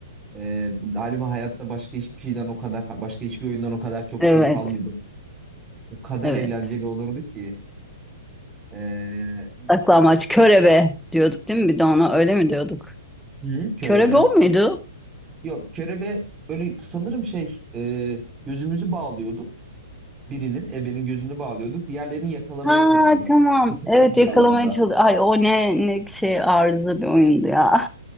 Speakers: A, on the right; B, in the centre.
A: e, galiba hayatta başka hiçbir şeyden o kadar başka hiçbir oyundan o kadar çok
B: Evet,
A: keyif almadım. O kadar
B: evet.
A: eğlenceli olurdu ki. E,
B: Saklambaç, körebe diyorduk değil mi? Bir de ona öyle mi diyorduk?
A: hı, körebe.
B: Körebe o muydu?
A: Yok kerebe böyle sanırım şey e, gözümüzü bağlıyorduk. Birinin ebenin gözünü bağlıyorduk. Diğerlerini yakalamaya
B: Ha
A: çalışıyorduk
B: tamam. Evet
A: bir
B: yakalamaya
A: alanda.
B: çalış. Ay o ne ne şey arıza bir oyundu ya.